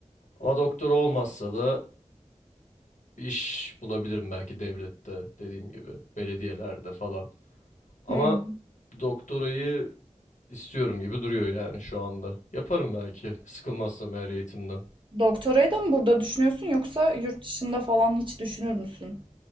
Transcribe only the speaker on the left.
Ama doktor olmazsa da iş bulabilirim belki devlette dediğim gibi belediyelerde falan. Ama
doktorayı istiyorum gibi duruyor yani şu anda. Yaparım belki sıkılmazsam eğer eğitimden.